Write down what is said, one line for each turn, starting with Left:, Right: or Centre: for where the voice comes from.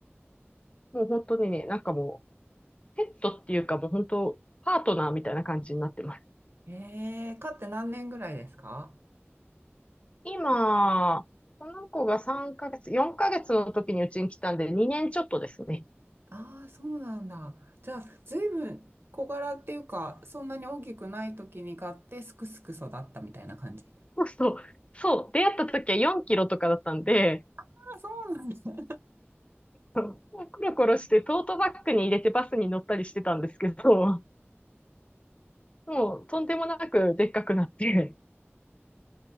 Left: もう本当にね、なんかもう、ペットっていうかもう本当、パートナーみたいな感じになってます。
Right: えー、飼って何年ぐらいですか
Left: 今、この子が3ヶ月、4ヶ月の時にうちに来たんで、2年ちょっとですね。
Right: ああー、そうなんだ。じゃあ、ずいぶん小柄っていうか、そんなに大きくない時に飼って、すくすく育ったみたいな感じ。
Left: そうそう。そう。出会った時は4キロとかだったんで、
Right: ああ、そうなんですね
Left: そうコロコロしてトートバッグに入れてバスに乗ったりしてたんですけど、もうとんでもなくでっかくなって、